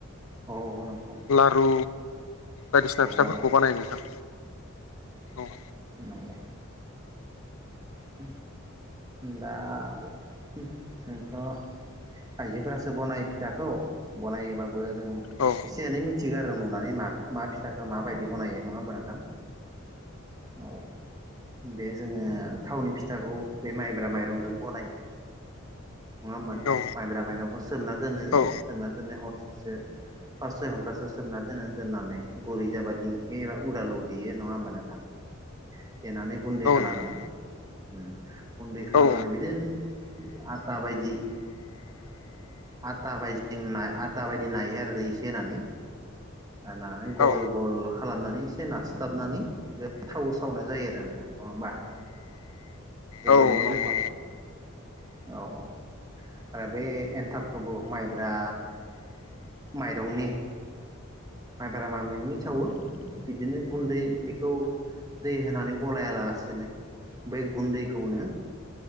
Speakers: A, on the right (about 15°); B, on the left (about 80°).
A: औ नं
B: लारु बायदिसिना फिथाफोरखौ
A: लारु
B: बानाय नोंथां औ
A: नंगौ <inaudible> दा जोंथ' आइजोफोरासो बनायो फिथाखौ बना <unintelligible> बा बो जों
B: औ
A: एसे एनै मि थिग आरो नुनानै मा मा फिथाखौ माबायदि बनायो नङा होमबा नोंथां औ बे जोङो थावनि फिथाखौ बे माइब्रा माइरंजों बनायो नङा होमबा नोंथां
B: औ
A: माइब्रा माइरंखौ सोमना दोनो
B: औ
A: सोमना दोननाय हरसेसो पास सय घन्टासो सोमना दोनो दोननानै गुरि जाबा दिंखि एबा उरालाव देयो नङा होमबा नोंथां देनानै गुन्दै
B: औ
A: खालामो
B: नोंथां
A: उ गुन्दै खालामनानै
B: औ
A: बिदि आता बायदि आटा बायदि आटा बायदि नायो आरो दै एसे होनानै आरो नानानै गल
B: औ
A: गल खालामनानै एसे नास्लााबनानै थाव सावनाय जायो आरो नोंथां नङा हबा जोबोरैनो
B: औ नंगौ
A: गोथाव औ औ आरो बे एन्थाब गोबाव माइब्रा माइरंनि माइब्रा माइरंनि सावो बिदिनो गुन्दै बेखौ दै होनानै गलाया लासेनोै बै गुन्दैखौनो